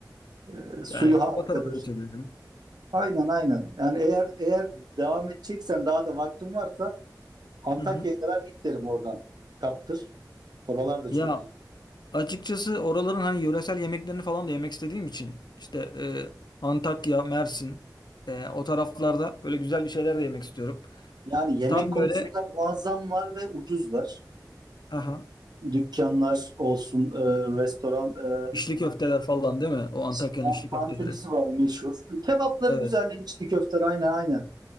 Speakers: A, on the right; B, on the left.
A: E, suyu
B: Yani
A: harikadır.
B: o tarafa geçebilirim.
A: Aynen aynen. Yani eğer eğer devam edeceksen daha da vaktin varsa Antakya'ya
B: Hı hı.
A: kadar git derim oradan. Kaptır. Oralar da
B: Ya
A: çok güzel.
B: Açıkçası oraların hani yöresel yemeklerini falan da yemek istediğim için işte e, Antakya, Mersin e, o taraflarda böyle güzel bir şeyler de yemek istiyorum.
A: Yani yemek
B: Tam
A: konusunda
B: böyle
A: muazzam var ve ucuzlar.
B: aha,
A: Ee, dükkanlar olsun, e, restoran, e,
B: içli köfteler falan değil mi? O Antakya'nın
A: Sinan
B: içli köfteleri.
A: Tantunisi var meşhur. Kebapları
B: Evet.
A: güzel, içli köfteler aynen aynen.